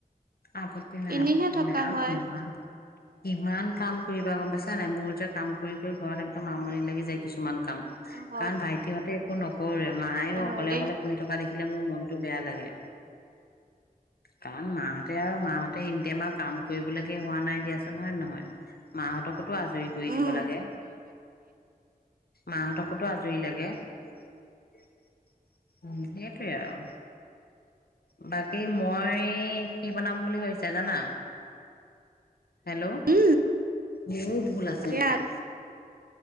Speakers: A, on the left; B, on the right.
A: আপত্তিনাই
B: এনেইহে
A: আপত্তিনাই
B: থকা
A: আৰু
B: হয়
A: কিমান ইমান কাম কৰিবা গম পাইছা নাই? মোৰ যে কাম কৰি কৰি ঘৰত একদম আমনি লাগি যায় কিছুমান। কাম
B: হয়
A: কাৰণ ভাইটিহঁতে একো নকৰে মায়ে
B: হয়
A: অকলে
B: দেই।
A: অকলে কৰি থকা দেখি খিলে মোৰ মনটো বেয়া লাগে। কাৰণ মাহঁতে আৰু মাহঁতে এনিতাইম আৰু কাম কৰিবলৈকে হোৱা নাই দিয়াচোন হয় নহয় নহয় মাহঁতক মোৰতো আজৰি কৰি
B: উম।
A: দিব লাগে। মাহতকোতো আজৰি লাগে উম, সেইটোৱে আৰু। বাকী মই কি বনাম বুলি ভাবিছা জানা? হেল্ল'
B: উম
A: মোৰো ভুল আছে
B: লাগে
A: মানে।